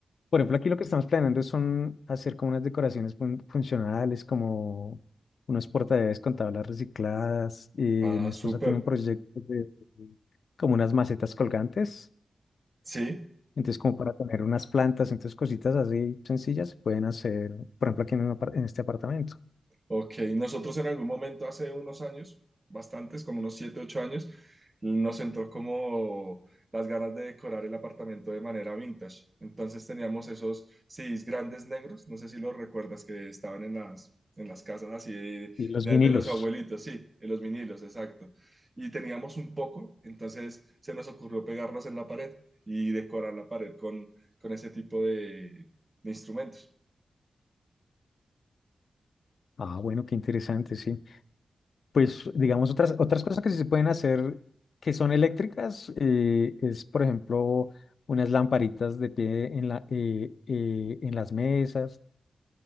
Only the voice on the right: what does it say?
Ah,
súper.
Sí,
Ok, nosotros en algún momento hace unos años, bastantes, como unos 7, 8 años, nos entró como las ganas de decorar el apartamento de manera vintage. Entonces teníamos esos CDs grandes negros, no sé si los recuerdas, que estaban en las, en las casas así de,
de-
de los abuelitos, sí, en los vinilos, exacto. Y teníamos un poco, entonces se nos ocurrió pegarlos en la pared y decorar la pared con, con ese tipo de de instrumentos.